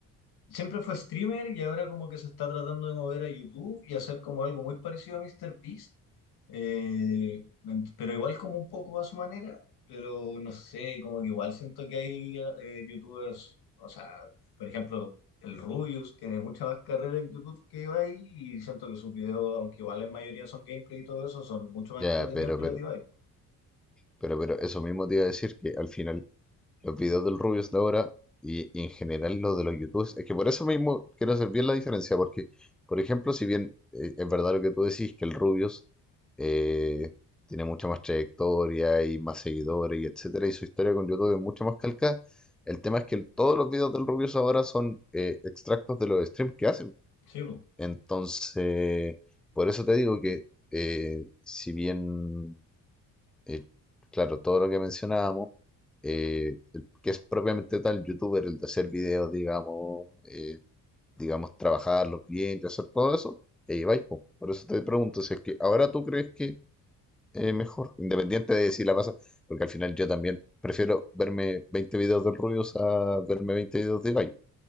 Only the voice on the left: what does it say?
Siempre fue streamer y ahora como que se está tratando de mover a YouTube y hacer como algo muy parecido a MrBeast, eh, ent- pero igual como un poco a su manera, pero no sé, como que igual siento que hay eh, YouTubers, o sea, por ejemplo, el Rubius tiene mucha más carrera en YouTube que yo ahí y siento que sus videos, aunque igual en mayoría son gameplay y todo eso, son mucho más
entretenidos
que
los de Ibai.
Sí, po,